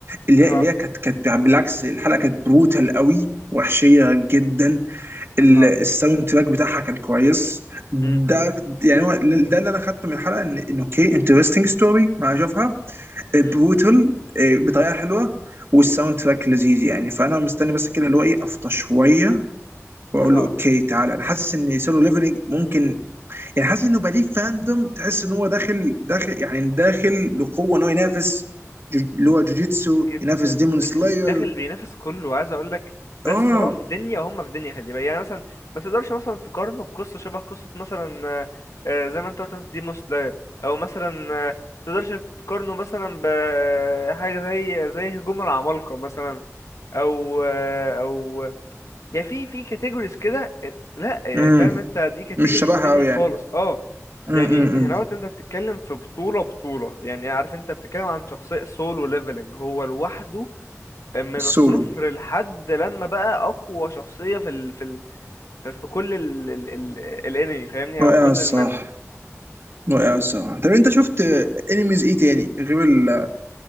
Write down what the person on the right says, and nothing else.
اللي
هي اللي هي كانت كانت بالعكس الحلقه كانت بروتال قوي وحشيه جدا ال-
الساوند تراك بتاعها كان كويس
ده يعني هو ده اللي انا خدته من الحلقه ان ان اوكي انترستنج ستوري مع جوفها بروتال
بطريقه حلوه والساوند تراك لذيذ يعني فانا مستني بس كده اللي هو ايه افطر شويه واقول
له اوكي تعالى انا حاسس ان سولو ليفلنج ممكن يعني حاسس انه بقى ليه فاندوم تحس ان هو داخل داخل يعني داخل بقوه ان هو ينافس جو- اللي هو جوجيتسو
ينافس ديمون
سلاير
اه
امم
مش شبهها
قوي
يعني
امم
السولو
رائع
الصراحه
رائع الصراحه طب انت شفت انميز ايه تاني غير ال...